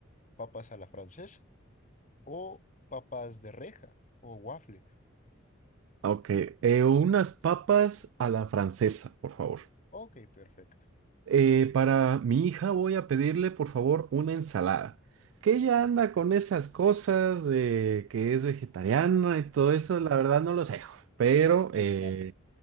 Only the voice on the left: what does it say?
papas a la francesa o papas de reja o waffle.
Ok, perfecto.
Sí,
claro.